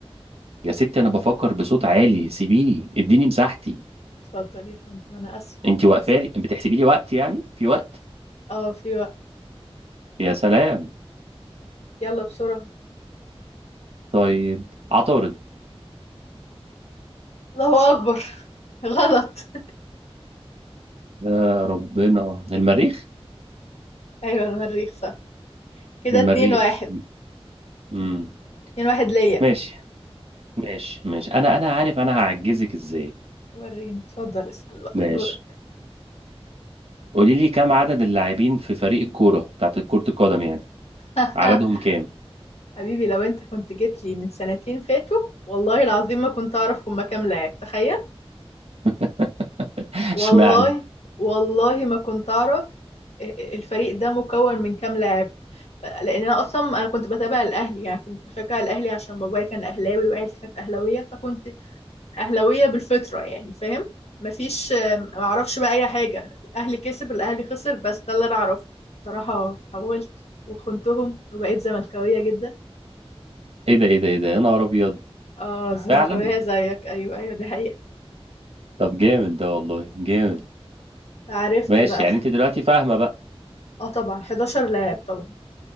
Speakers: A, on the right; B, on the left.
A: يا ستي أنا بفكر بصوت عالي سيبيني اديني مساحتي
B: اتفضل يا فندم انا اسف
A: انت واقفالي
B: اسف
A: بتحسبي لي وقت يعني في وقت
B: اه في وقت
A: يا سلام
B: يلا بسرعة
A: طيب عطارد
B: الله أكبر <laughs> غلط
A: يا ربنا المريخ
B: ايوه المريخ صح كده
A: المريخ
B: اتنين واحد
A: امم
B: اتنين واحد ليا
A: ماشي ماشي ماشي أنا أنا عارف أنا هعجزك إزاي
B: وريني اتفضل اسأل بقى
A: ماشي
B: دورك
A: قولي لي كم عدد اللاعبين في فريق الكورة بتاعت كرة القدم يعني
B: <laughs>
A: عددهم كام
B: حبيبي لو انت كنت جيت لي من سنتين فاتوا والله العظيم ما كنت اعرف هما كام لاعب تخيل
A: <laughs>
B: والله
A: اشمعنى
B: والله ما كنت اعرف آه، آه، الفريق ده مكون من كام لاعب لان انا اصلا انا كنت بتابع الاهلي يعني كنت بشجع الاهلي عشان بابايا كان اهلاوي وعيلتي كانت اهلاويه فكنت اهلاويه بالفطره يعني فاهم مفيش ما اعرفش بقى اي حاجه الاهلي كسب الاهلي خسر بس ده اللي انا اعرفه بصراحه اتحولت وخنتهم وبقيت زملكاويه جدا
A: ايه ده ايه ده ايه ده يا نهار ابيض
B: اه الزمركاوية
A: فعلا
B: زيك ايوه ايوه دي حقيقة
A: طب جامد ده والله جامد
B: عرفت
A: ماشي
B: بقى
A: يعني انت دلوقتي فاهمه بقى
B: اه طبعا 11 لاعب طبعا